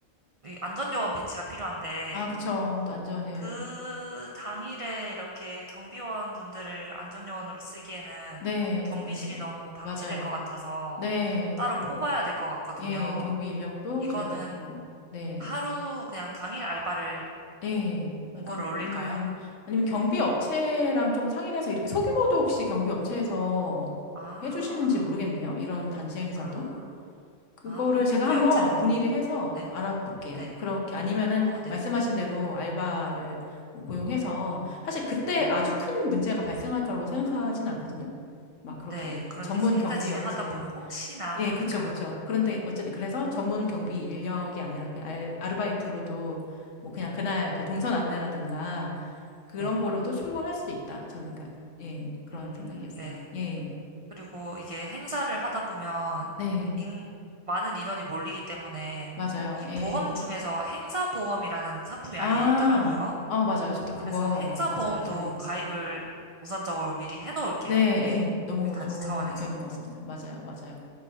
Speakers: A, on the right (about 60°); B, on the left (about 75°).
A: 이 안전요원 배치가 필요한데
B: 아, 그쵸. 또 안전을,
A: 그 당일에 이렇게 경비원 분들을 안전요원으로 쓰기에는
B: 네,
A: 경비실이
B: 좀 무리가,
A: 너무 방치될
B: 맞아요.
A: 것 같아서
B: 네,
A: 따로
B: 또,
A: 뽑아야 될 것 같거든요.
B: 예, 경비 인력도
A: 이거는
B: 저희가 조금, 네,
A: 하루 그냥 당일 알바를
B: 예,
A: 공고를
B: 약간,
A: 올릴까요?
B: 아니면, 아니면 경비 업체랑 조금 상의를 해서 이렇게 소규모도 혹시 경비 업체에서
A: 아,
B: 해주시는지 모르겠네요. 이런 단지 행사도.
A: 아,
B: 그거를
A: 아, 그럼
B: 제가
A: 경비
B: 한번
A: 업체로
B: 문의를
A: 어,
B: 해서
A: 네,
B: 알아볼게요.
A: 네,
B: 그렇게 아니면은
A: 어, 네,
B: 말씀하신 대로 알바를 뭐 고용해서 사실 그때
A: 네,
B: 아주 큰 문제가 발생할 거라고 생각하진 않거든요. 막 그렇게
A: 네. 그런데
B: 전문
A: 이제 행사
B: 경비
A: 진행하다
B: 업체
A: 보면 혹시나
B: 예,
A: 하니까
B: 그쵸, 그쵸. 그런데 어쨌든 그래서 전문 경비 인력이 아니라 그냥 알, 아르바이트로도 뭐 그냥 그날
A: 네,
B: 그 동선 안내라든가 그런
A: 네,
B: 걸로도 충분할 수도 있다. 저는 그러니까 예, 그런
A: 음,
B: 생각이었어요.
A: 네.
B: 예.
A: 그리고 이게 행사를 하다 보면
B: 네.
A: 인- 많은 인원이 몰리기 때문에
B: 맞아요.
A: 이
B: 예.
A: 보험 중에서 행사보험이라는 상품이
B: 아,
A: 아예 있더라고요.
B: 아, 맞아요. 저도 그거,
A: 그래서 행사보험도
B: 맞아요. 전에.
A: 가입을 우선적으로 미리 해놓을게요.
B: 네, 예, 너무
A: 우리 단지
B: 좋은
A: 차원에서.
B: 의견인 것 같습니다. 맞아요, 맞아요.